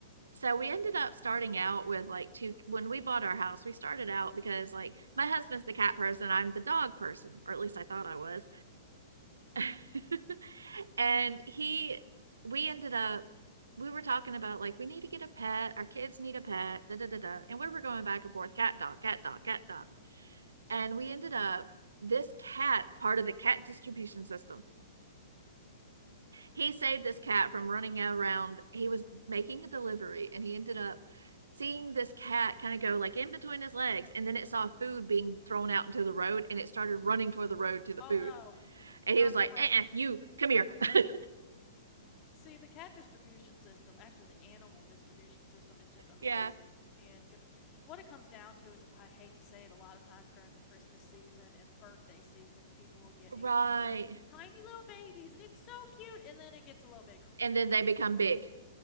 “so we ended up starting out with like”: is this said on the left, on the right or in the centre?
Right